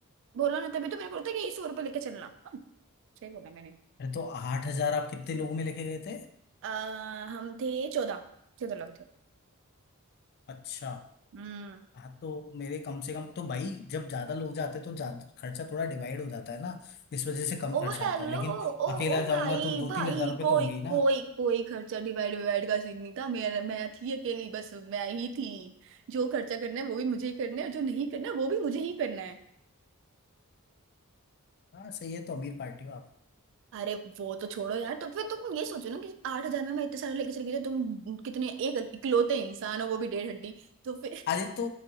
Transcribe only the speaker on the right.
बोलो ना तभी तो मैंने बोला था कि सौ रुपये लेके चलना <laughs> हाँ, सही बोला मैंने
आ, हम थे चौदह चौदह लोग थे
हम्म
ओ
हेलो
ओ
ओ भाई
भाई
कोई
कोई कोई खर्चा डिवाइड डिवाइड का सीन नहीं था मैं मैं थी अकेली बस मैं ही थी जो खर्चा करना है वो भी मुझे ही करना है और जो नहीं करना है वो भी मुझे ही करना है
अरे वो तो छोड़ो यार तो फिर तुम ये सोचो ना कि आठ हजार में मैं इतने सारे लेके चली गई तो तुम कितने एक इकलौते इंसान हो वो भी डेढ़ हड्डी तो फिर